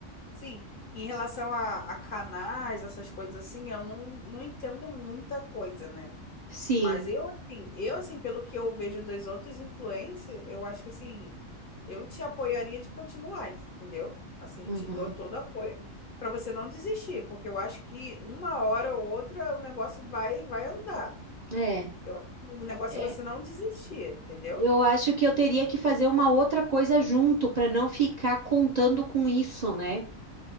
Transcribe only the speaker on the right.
Sim.
Uhum.
É,
é.
Eu acho que eu teria que fazer uma outra coisa junto para não ficar contando com isso, né?